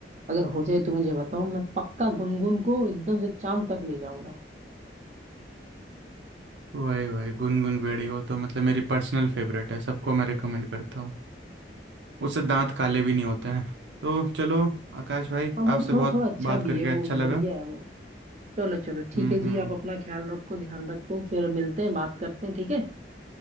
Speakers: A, on the right; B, on the right.
A: अगर हो जाए तो मुझे बताओ मैं पक्का गुनगुन को एकदम से चांद तक ले जाऊंगा
B: वही वही गुनगुन बेड़ी वो तो मतलब मेरी पर्सनल फेवरेट है सबको मैं रिकमेंड करता हूँ उससे दांत काले भी नहीं होते हैं तो चलो आकाश भाई
A: और
B: आपसे
A: वो थोड़ा
B: बहुत
A: थोड़ा अच्छा
B: बात
A: भी
B: करके
A: है
B: अच्छा
A: वो
B: लगा
A: बढ़िया है वो चलो चलो ठीक
B: हम्म
A: है जी
B: हम्म
A: आप अपना ख्याल रखो ध्यान रखो फिर मिलते हैं बात करते हैं ठीक है